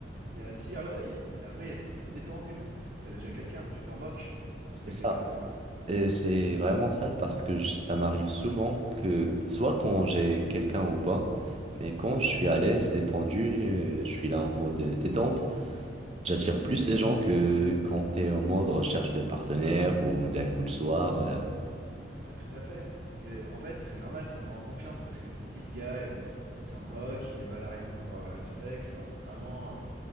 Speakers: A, on the right; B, on the right.
A: qui attire l'œil, mais après il y a le style détendu, parce que t'as déjà quelqu'un, tu t'en moques de retrouver
B: C'est ça.
A: quelqu'un d'autre.
B: Et c'est vraiment ça parce que je- ça m'arrive souvent que, soit quand j'ai quelqu'un ou pas, mais quand je suis à l'aise, détendu, euh, je suis là en mode euh, détente, j'attire plus les gens que quand t'es en mode recherche de partenaire ou d'un coup de soir. euh.
A: Ah, tout à fait. Et en fait, c'est normal, ça met en confiance, parce que tu te dis, le gars, eh, il s'en moque, il est pas là rien que pour euh, le sexe, enfin, c'est vraiment, euh,